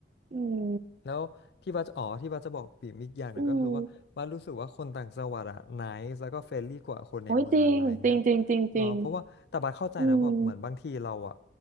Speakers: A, on the right; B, on the left.
A: อืม
B: แล้วที่บัสอ๋อที่บัสจะบอกปิ่มอีกอย่างหนึ่งก็คือว่าบัสรู้สึกว่าคนต่างจังหวัดอะไนซ์แล้วก็เฟรนลี่กว่าคนในเมืองอะไรเงี้ย
A: อืมโอ้ยจริงจริงจริงจริงจริง
B: เนาะเพราะว่าแต่บัสเข้าใจนะแบบเหมือนบางทีเราอะ
A: อืม